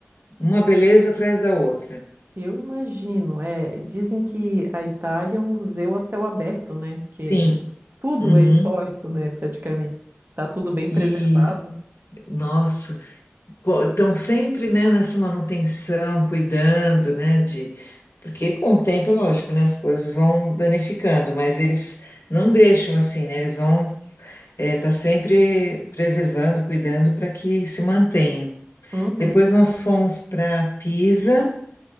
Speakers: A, on the left; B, on the right.
A: uma beleza atrás da outra.
B: Eu imagino, é, dizem que a Itália é um museu a céu aberto, né? Que
A: Sim.
B: tudo
A: Uhum.
B: é histórico, né, praticamente. Tá tudo bem
A: E,
B: preservado.
A: nossa, estão sempre, né, nessa manutenção, cuidando, né, de... Porque com o tempo, é lógico, né, as coisas vão danificando, mas eles não deixam assim, né, eles vão estar sempre preservando, cuidando para que se mantenha.
B: Uhum,
A: Depois nós fomos para Pisa,